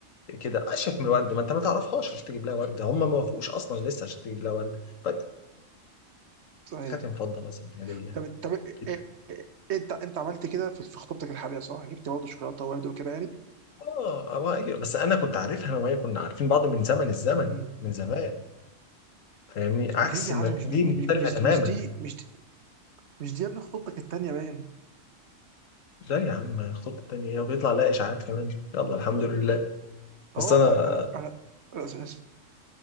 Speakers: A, on the left; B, on the right.
A: كده اشيك من
B: أمم،
A: الورد ما انت ما تعرفهاش عشان تجيب لها ورد هم ما وافقوش اصلا لسه عشان تجيب لها ورد فانت
B: صحيح
A: خاتم فضة مثلا هدية
B: طب طب إيه-
A: كده
B: إيه- انت انت عملت كده في في خطوبتك الحاليه صح؟ جبت برضه شوكولاته وورد وكده يعني؟
A: اه آه، أيوة. بس انا كنت عارفها انا وهي كنا عارفين بعض من زمن الزمن
B: أمم.
A: من زمان فاهمني عكس
B: ليه يا
A: ما
B: عم مش
A: دي
B: بي-
A: مختلفة
B: مش
A: تماما
B: مش مش دي مش دي مش دي يا ابني خطوبتك التانيه باين
A: لا يا عم الخطوة التانية هي بيطلع لها إشاعات كمان يلا الحمد لله بس
B: اهو
A: أنا
B: انا انا أنا- أنا-